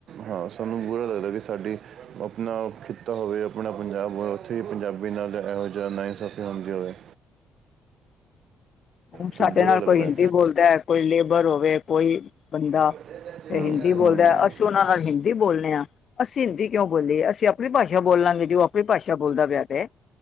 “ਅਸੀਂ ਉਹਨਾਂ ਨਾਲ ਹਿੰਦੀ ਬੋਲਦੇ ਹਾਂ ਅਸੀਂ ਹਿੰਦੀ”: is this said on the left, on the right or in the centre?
Left